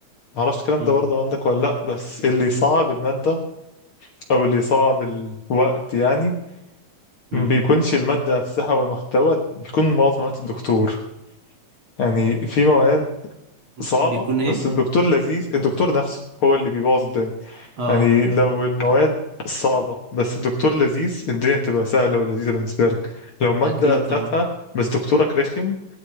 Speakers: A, on the left; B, on the right.
A: معرفش الكلام
B: مم،
A: ده برضه عندك ولا لأ بس اللي صعب المادة أو اللي صعب الوقت يعني
B: مم.
A: ما بيكونش المادة نفسها والمحتوى بيكون معظم وقت الدكتور يعني في مواد صعبة
B: بيكون ايه
A: بس الدكتور لذيذ الدكتور نفسه هو اللي بيبوظ الدنيا
B: اه
A: يعني لو المواد صعبة بس الدكتور لذيذ الدنيا بتبقى سهلة ولذيذة بالنسبة لك لو مادة
B: اكيد
A: تافهة
B: طبعا
A: بس دكتورك رخم